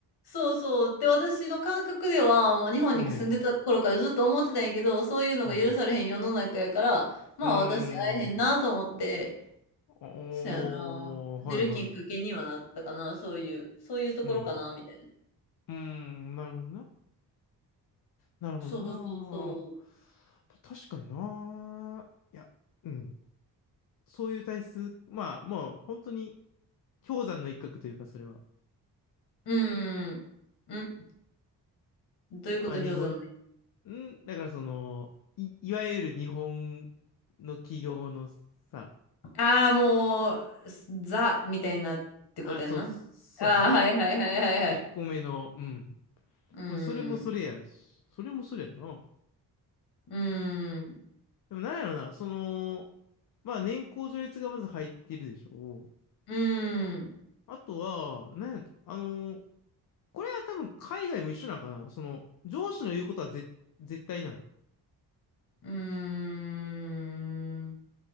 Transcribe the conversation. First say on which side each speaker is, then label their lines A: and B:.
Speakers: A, on the left (about 70°); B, on the left (about 55°).
A: そうそう。で、私の感覚では、もう日本に住んでた頃からずっと思ってたんやけど、
B: うん、
A: そういうのが許されへん世の中やから、
B: うん、
A: まあ私会えへんなと思って、
B: うーん。おー、
A: そうやな。出るきっかけにはなったかな、
B: はいはい。
A: そういう、そういうところかな、
B: うん、
A: みたいな。
B: うーん、なるほどな。なるほどな。
A: そうそうそう。
B: まあ確かにな。いや、うん。そういう体質、まあ、もう本当に氷山の一角というか、それは。
A: うん。うん。どういうこと氷山のね。
B: えまあ、日本、ん、だからその、い、いわゆる日本の企業のさ、
A: ああ、もう、すザみたいになってことやんな。
B: あ、そう、そうやな。
A: ああ、はいはいはいはいはい。
B: 一歩目の、うん。
A: うん。
B: まあ、それもそれやし、それもそれやな。
A: うん。
B: でもなんやろな、その、まあ年功序列がまず入ってるでしょ
A: うん。
B: あとは、なんや、あの、これは多分海外も一緒なんかな。その、上司の言うことはぜ、絶対なの。
A: うーん。